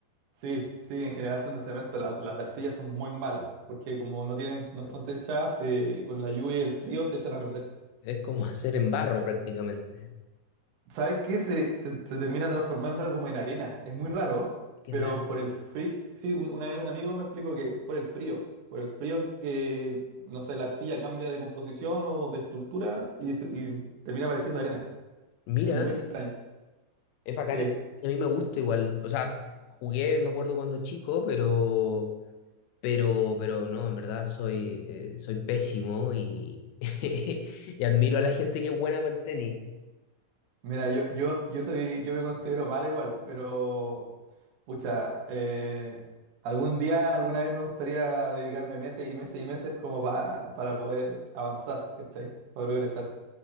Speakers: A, on the right (about 75°); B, on the left (about 85°).
A: Sí, sí, en general son de cemento. La- las de arcilla son muy malas, porque como no tienen, no
B: pero
A: están techadas, se- con la lluvia y el frío se echan a perder.
B: Es como <laughs> hacer en barro prácticamente.
A: ¿Sabes qué? Se, se, se termina transformando como en arena. Es muy raro,
B: Qué
A: pero
B: raro.
A: por el frío. Sí, un- una vez un amigo me explicó que es por el frío. Por el frío que, no sé, la arcilla cambia de composición o de estructura y, se- y termina pareciendo arena.
B: Mira.
A: Es muy extraño.
B: Es bacán
A: Sí.
B: el tenis, a mí me gusta igual. O sea, jugué, me acuerdo cuando chico, pero, pero, pero no, en verdad soy, eh, soy pésimo y, <laughs> y admiro a la gente que es buena para el tenis.
A: Mira, yo, yo, yo soy, yo me considero mal igual, pero pucha, eh, algún día, alguna vez me gustaría dedicarme meses y meses y meses como pa- para poder avanzar, ¿cachai? Para progresar.